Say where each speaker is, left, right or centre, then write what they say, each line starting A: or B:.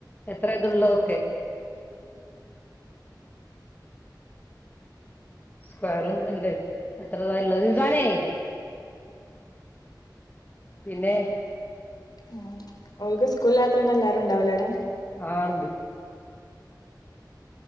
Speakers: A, on the left (about 25°); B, on the left (about 60°).
A: എത്രവയസുള്ളത്
B: ആഹ്
A: ഒക്കെ സ്ക്വയറൊന്നല്ല എത്രത ഇള്ളത്‌
B: ആഹ്
A: റിസാനെ പിന്നെ
B: ഉം ഓൽക്ക് സ്കൂളില്ലാത്തോണ്ട് എല്ലാരും ഉണ്ടാവല്ലോ അവിടെ
A: ആളുണ്ട്